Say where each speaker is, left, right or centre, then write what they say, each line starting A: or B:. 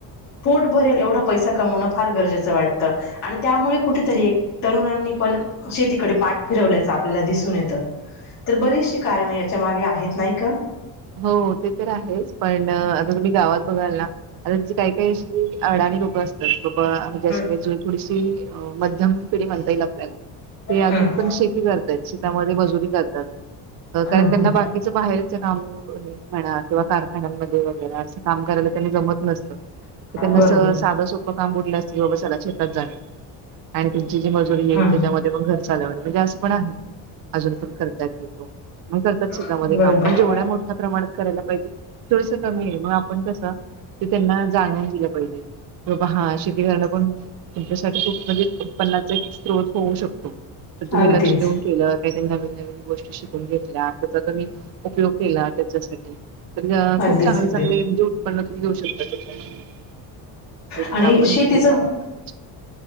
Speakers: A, on the left; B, on the right.
A: पोट भरेल एवढा पैसा कमवण फार गरजेचं वाटतं. आणि त्यामुळे कुठेतरी, तरुणांनी पण शेतीकडे पाठ फिरवल्याच, आपल्याला दिसून येतं. तर बरीचशी कारणं याच्या मागे आहेत, नाही का.
B: हो ते तर आहेच, पण आता तुम्ही गावात बघाल ना! आता काही काही अशी अडाणी लोकं असतात, बाबा म्हणजे अ
A: हम्
B: का थोडीशी म म पिढी म्हणता येईल आपल्याला ते अजून
A: हम्
B: पण शेती करताय शेतामध्ये मजुरी करतात. कारण
A: हम्
B: त्यांना बाकीच्या बाहेरच काम, म्हणा किंवा कारखान्यामध्ये, वगैर असं काम करायला त्यांनी जमत नसतं. तर त्यांना
A: बरोबर
B: स साधं सोपं काम बुटलं असते, की बाबा सगळ्या शेतात जावे आणि, जी मजुरी येईल,
A: हम्
B: त्याच्यामध्ये पण घर चालव म्हणजे असं पण आहे. अजून पण करतायत लोक मग करतात, शेतामध्ये
A: हम् बरोबर
B: काम पण जेवढ्या मोठ्या, प्रणात करायला पाहिजे, थोडस कमी आहे आपण कस त्यां, जाणून दिलं पाहिजे, हा शेती करण पण, तुमच्यासाठी खूप म्हणजे उत्पन्नाचा एक स्त्रोत होऊ शकतो तर तुम्ही
A: अगदीच
B: लक्ष देेऊन केलं काहीतरी नवीन नवीन गोष्टी शिकून घेतल्या आणि त्याचा तुम्ही उपयोग केला त्याच्यासाठी तर
A: अगदीच
B: खूप चांगले
A: अगदीच
B: चांगले म्हणजे उत्पन्न तुम्ही घऊ शकता <unintelligible> ते त्यांना
A: आणि
B: आपण
A: शेतीच
B: सांगितलं पाहिजे.